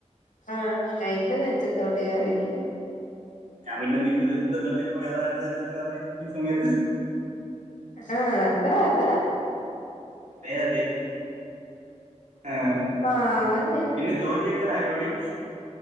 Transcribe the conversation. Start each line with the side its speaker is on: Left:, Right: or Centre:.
Left: ആഹ് എൻ്റെ നെഞ്ചത്തോട്ട് കേറ് ഇനി.
Right: ഞാൻ പിന്നെ നിന്റെ നെഞ്ചത്ത് അല്ലാതെ ഇപ്പ വേറെ ആരുടെ നെഞ്ചത്ത് കയറാൻ ഈ സമയ
Left: ആഹ് അതാ അതാ
Right: അതെ അതെ ആഹ്
Left: പാവം ഞാൻ.
Right: പിന്നെ ജോലിയൊക്കെ ആയോടി.